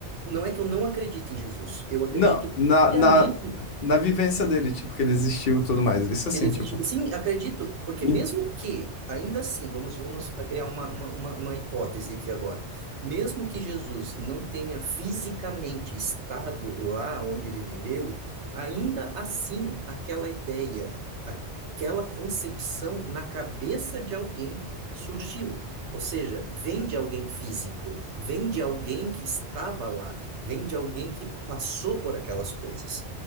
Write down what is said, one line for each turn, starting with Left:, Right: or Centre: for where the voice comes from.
Right: Não é que eu não acredite em Jesus. Eu acredito
Left: Não, na,
Right: piamente
Left: na, na vivência dele, tipo, que ele existiu e tudo mais. Isso assim,
Right: Ele existe.
Left: tipo...
Right: Sim, acredito, porque
Left: E
Right: mesmo que, ainda assim, vamos, vamos a criar uma, uma, uma, uma hipótese aqui agora. Mesmo que Jesus não tenha fisicamente estado lá onde ele viveu, ainda assim, aquela ideia, aquela concepção na cabeça de alguém surgiu. Ou seja, vem de alguém físico, vem de alguém que estava lá, vem de alguém que passou por aquelas coisas.